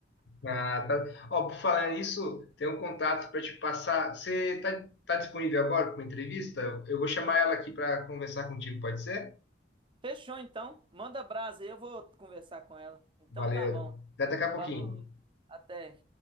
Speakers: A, on the left; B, on the right.
A: Ah, tá. Ó, por falar nisso, tem um contato para te passar. Você tá, tá disponível agora para uma entrevista? Eu vou chamar ela aqui para conversar contigo, pode ser?
B: Fechou então. Manda brasa aí, eu vou conversar com ela. Então
A: Valeu.
B: tá bom.
A: Até daqui a pouquinho.
B: Falou, até.